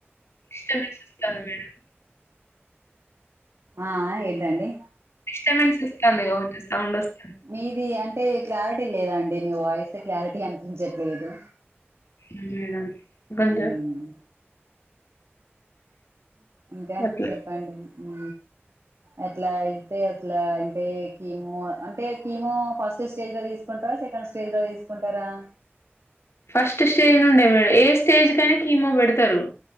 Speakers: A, on the left (about 80°); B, on the right (about 85°).
A: డిస్టేబెన్స్ వస్తంది మేడం
B: ఆ ఆ ఏంటండీ
A: డిస్టర్బమెంట్స్ వస్తాంది కావచ్చు సౌండ్ వస్తంది
B: మీది అంటే క్లారిటీ లేదా అండి మీ వాయిస్ క్లారిటీ అనిపించట్లేదు
A: తినలేదా కొంచెం
B: ఉమ్, ఇంకా
A: అట్లా
B: చెప్పండి హు అట్లా అయితే అట్లా అంటే కీము అంటే కీము ఫస్ట్ స్టేజ్ గా తీసు కుంటారా సెకండ్ స్టేజ్ లో తీసుకుంటారా
A: ఫస్ట్ స్టేజ్ నుండే మేడం ఏ స్టేజ్ కైనా కీమో పెడుతారు